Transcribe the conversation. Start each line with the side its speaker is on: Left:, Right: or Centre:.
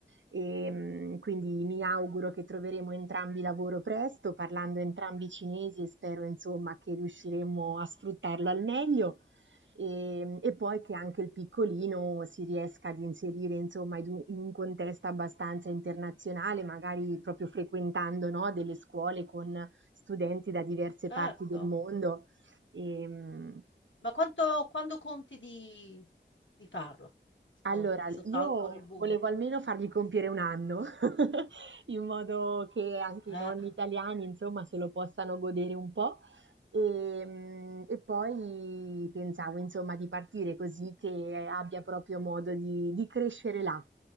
Right: E, mh, quindi mi auguro che troveremo entrambi lavoro presto, parlando entrambi cinesi e spero insomma che riusciremo a sfruttarlo al meglio e, e poi che anche il piccolino si riesca ad inserire insomma in un, in un contesto abbastanza internazionale, magari proprio frequentando no, delle scuole con studenti da diverse
Left: certo.
Right: parti del mondo. E,
Left: Ma quanto, quando conti di, di farlo? Sto,
Right: allora,
Left: sto salto
Right: io
Left: nel buio.
Right: volevo almeno fargli compiere un anno. <laughs> in modo che anche
Left: Ah,
Right: i nonni
Left: Eh,
Right: italiani, insomma, se lo possano godere un po'. E, mm, e poi pensavo, insomma, di partire così che abbia proprio modo di, di crescere là.